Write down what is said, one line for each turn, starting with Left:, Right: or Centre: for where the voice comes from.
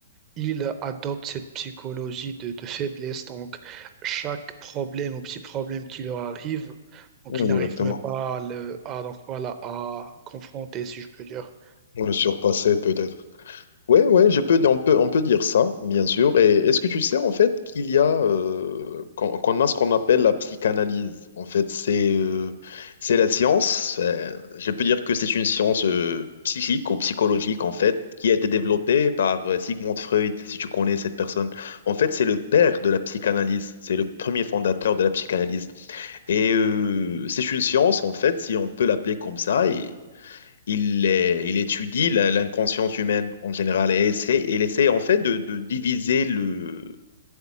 Right: ils adoptent cette psychologie de, de faiblesse donc chaque problème ou petit problème qui leur arrive donc
Left: Exactement.
Right: ils n'arrivent même pas à le à donc voilà à confronter si je peux dire
Left: Le surpasser peut-être. Oui, oui, je peux, on peut, on peut dire ça, bien sûr. Et est-ce que tu sais en fait qu'il y a euh, qu'on qu'on a ce qu'on appelle la psychanalyse. En fait, c'est euh, c'est la science. euh, je peux dire que c'est une science euh, psychique ou psychologique en fait qui a été développée par euh, Sigmund Freud, si tu connais cette personne. En fait, c'est le père de la psychanalyse. C'est le premier fondateur de la psychanalyse. Et euh, c'est une science, en fait, si on peut l'appeler comme ça, et il, euh, il étudie la- l'inconscience humaine en général et essaie, il essaie en fait de, de diviser le,